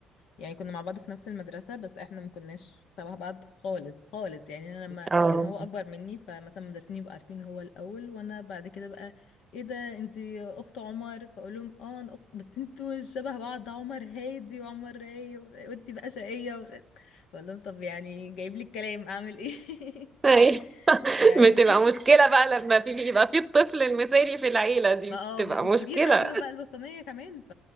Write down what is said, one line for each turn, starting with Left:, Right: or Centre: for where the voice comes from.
Left: يعني كنا مع بعض في نفس المدرسه بس احنا ما كناش تبع بعض خالص خالص يعني انا لما
Right: اه
Left: كان هو اكبر مني فمثلا المدرسين يبقوا عارفين هو الاول وانا بعد كده بقى ايه ده انت اخت عمر فاقول لهم اه انا اخت بس انتوا مش شبه بعض ده عمر هادي وعمر رايق و- وانت بقى شقيه و... اقول لهم طب يعني جايب لي الكلام اعمل ايه
Right: أي.
Left: <laughs>
Right: <laughs>
Left: يعني
Right: بتبقى مشكلة بقى لما في بيبقى في الطفل المثالي في العيلة دي
Left: ما اه
Right: بتبقى
Left: بس- والكبير
Right: مشكلة
Left: بقى وانا بقى الوسطانية كمان ف...